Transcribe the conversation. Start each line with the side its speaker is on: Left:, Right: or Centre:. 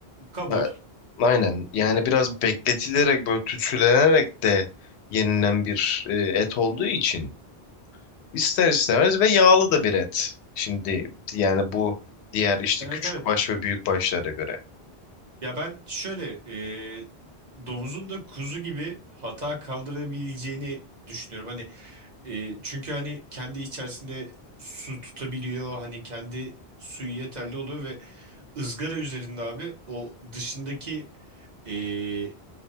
Right: Kabul.
Left: Ha, Aynen. Yani biraz bekletilerek böyle tütsülenerek de yenilen bir e, et olduğu için ister istemez ve yağlı da bir et. Şimdi yani bu diğer işte
Right: Evet
Left: küçük
Right: evet.
Left: baş ve büyük başlara göre.
Right: Ya ben şöyle e, domuzun da kuzu gibi hata kaldırabileceğini düşünüyorum. Hani e, çünkü hani kendi içerisinde su tutabiliyor. Hani kendi suyu yeterli oluyor ve ızgara üzerinde abi o dışındaki e,